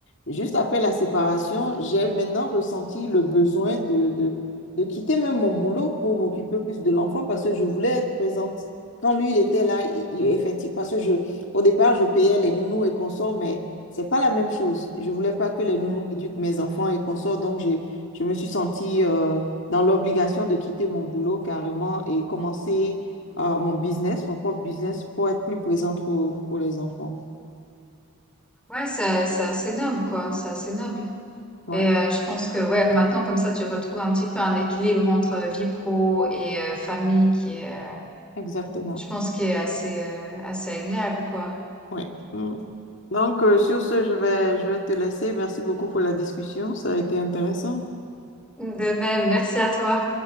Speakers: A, on the left; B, in the centre.
A: juste après la séparation, j'ai maintenant ressenti le besoin de, de, de quitter même mon boulot pour m'occuper plus de l'enfant parce que je voulais être présente. Quand lui, il était là, il- il- effectivement, parce que je, au départ, je payais les nounous et consorts, mais c'est pas la même chose. Je voulais pas que les nounous
B: Ouais,
A: éduquent mes enfants et consorts, donc j'ai, je me suis sentie euh, dans l'obligation de quitter mon boulot carrément et commencer à mon business, mon propre business, pour être plus présente pour, pour les enfants.
B: Ouais, c'est c'est assez noble, quoi. C'est assez noble.
A: Ouais,
B: Et euh, je pense que ouais, maintenant comme ça, tu retrouves un petit peu un équilibre entre vie pro et euh, famille qui est, euh,
A: exactement.
B: je pense, qui est assez euh, assez agréable, quoi.
A: Ouais. Mm. Donc, euh, sur ce, je vais, je vais te laisser. Merci beaucoup pour la discussion. Ça a été intéressant.
B: De même, merci à toi.